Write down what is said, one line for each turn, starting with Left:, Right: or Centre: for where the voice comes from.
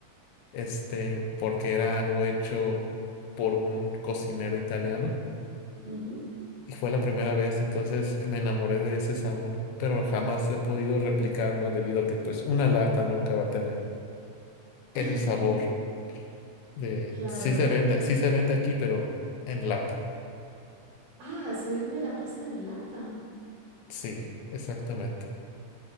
Left: este, porque era algo hecho por un cocinero italiano.
Right: ujú.
Left: Y fue la primera vez, entonces me enamoré de ese sabor, pero jamás he podido replicarlo debido a que pues una lata nunca va a tener
Right: <laughs>
Left: ese sabor de
Right: Claro.
Left: sí se vende, sí se vende aquí, pero en lata.
Right: Ah, se vende la pasta en lata.
Left: Sí, exactamente.